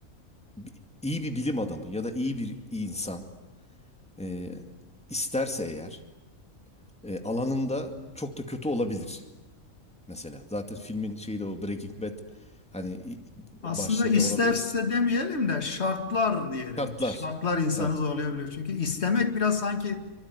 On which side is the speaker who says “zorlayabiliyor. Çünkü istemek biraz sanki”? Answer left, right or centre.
Left